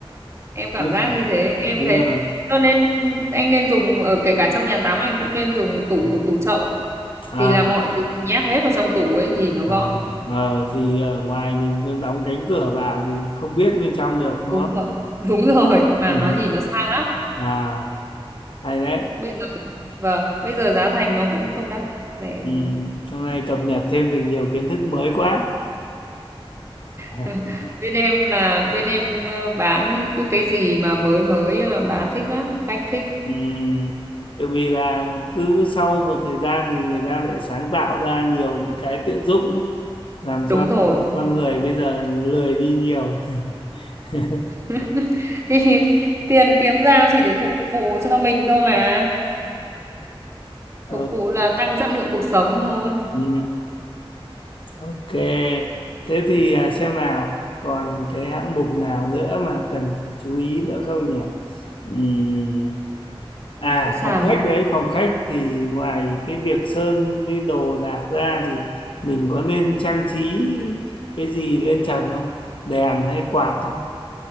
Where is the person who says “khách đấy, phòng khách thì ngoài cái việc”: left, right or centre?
Left